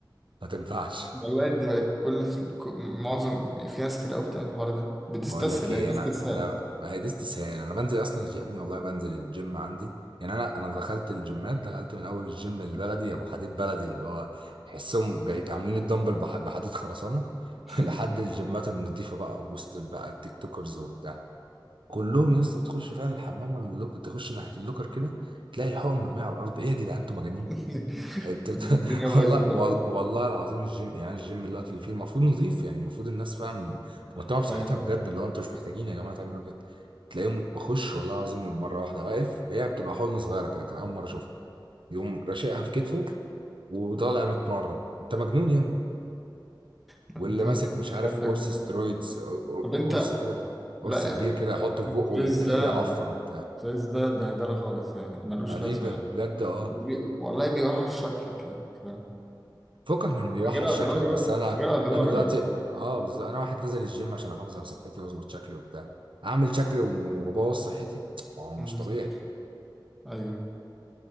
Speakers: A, on the right; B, in the centre.
A: ما تنفعش
B: والله دي بقت كل ك- معظم في ناس كتير قوي بتعمل الحوار ده بتستسهل
A: بقول لك ايه
B: هي دي
A: انا
B: استسهال
A: انا ما هي دي استسهال انا بنزل اصلا الجي- يا ابني والله بنزل الجيم عندي يعني انا انا دخلت الجيمات دخلت من اول الجيم البلدي ابو حديد بلدي اللي هو تحسهم جاي- عاملين الدمبل بح- بحديد خرسانه
B: <laughs>
A: <laughs> لحد الجيمات النظيفه بقى وسط بقى التيك توكرز وبتاع كلهم يا اسطى تخش فعلا الحمام ولا اللوكر تخش ناحيه اللوكر كده تلاقي الحقن مرميه على الارض ايه يا جدعان انتوا مجانين
B: <laughs>
A: انت بت...
B: دي
A: <laughs>
B: الدنيا بايظه
A: والله
B: خالص
A: وال... والله العظيم الجيم يعني الجيم دلوقتي اللي فيه المفروض نظيف يعني المفروض الناس فاهم مهتمه بصحتها
B: اي
A: بجد اللي هو انتوا مش محتاجين يا جماعه تعملوا كده تلاقيهم بخش والله العظيم مره واحده واقف هي بتبقى حضنه صغيره كده كان اول مره اشوفها يقوم راشقها في كتفه وطالع متمرن انت مجنون يا ابني
B: دي
A: واللي
B: انت
A: ماسك مش
B: الدنيا
A: عارف
B: عندك
A: قرص
B: بايظه
A: سترويدز
B: خالص.
A: قر-
B: طب
A: قرص
B: انت
A: كده قرص
B: لا
A: كبير كده يحطه في
B: الكويز
A: بقه وتلاقيه
B: ده
A: بيعفر وبتاع
B: الكويز ده بهدله خالص يعني ملوش
A: بعدين
B: لازمه
A: بجد
B: يعني
A: اه
B: بي... والله بيوحش شكلك يعني فاهم
A: فكك من بيوحش
B: غير اضراره
A: شكلك بس
B: بقى
A: انا
B: غير اضراره
A: انا دلوقتي
B: يعني
A: اه بالظبط انا واحد نازل الجيم عشان احافظ على صحتي واظبط شكلي وبتاع اعمل شكلي وابوظ صحتي ما هو مش
B: أنا بالظبط
A: طبيعي
B: ايوه